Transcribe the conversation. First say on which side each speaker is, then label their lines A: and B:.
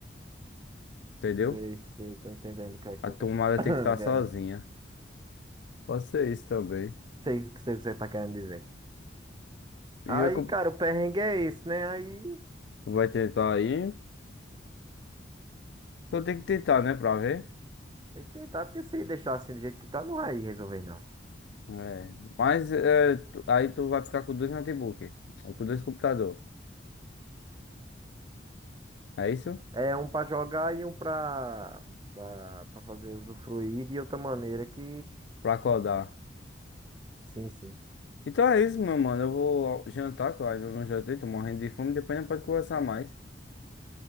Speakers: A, on the left; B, on the right.
A: Entendeu?
B: sei, sei, tô entendendo o que é que
A: A
B: você
A: tomada
B: tá <coughs> <clears throat>
A: tem que estar
B: querendo.
A: sozinha. Pode ser isso também.
B: Sei o que sei o que você tá querendo dizer.
A: E
B: Aí,
A: é que
B: cara, o perrengue é esse, né? Aí
A: tu vai tentar aí, só tem que tentar, né, pra ver.
B: tem que tentar, porque se ele deixar assim do jeito que tá, não vai resolver, não.
A: É. Mas é, tu- aí tu vai ficar com dois notebooks, com dois computadores. É isso?
B: É um pra jogar e um pra, pra, pra fazer usufruir de outra maneira que.
A: Pra acordar.
B: Sim, sim.
A: Então é isso, meu mano. Eu vou jantar, que eu ainda não jantei, tô morrendo de fome. Depois a gente pode conversar mais.